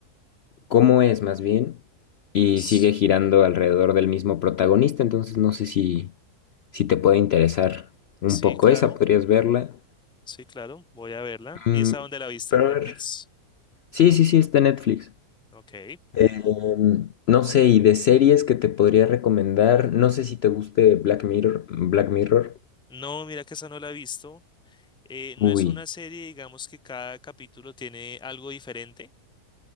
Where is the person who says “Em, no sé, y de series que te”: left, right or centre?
Left